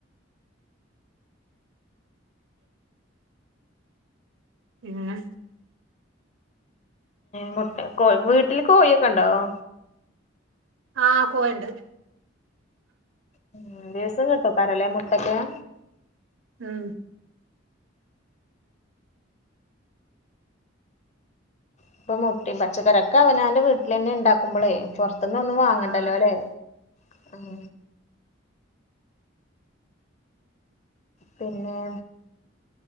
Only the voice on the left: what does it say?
മുട്ട കോഴി വീട്ടില് കോഴിയൊക്കെ ഒണ്ടാവോ
ഉം ദിവസം കിട്ടും പരലേ മുട്ടക്കെയാ
ഇപ്പൊ മുട്ടേം പച്ചക്കറീക്കെ അവനാന്റെ വീട്ടിൽ തന്നെ ഉണ്ടാക്കുമ്പോളേ പൊറത് എന്നും ഒന്നും വാങ്ങണ്ടല്ലോ
അല്ലേ ഉം പിന്നെ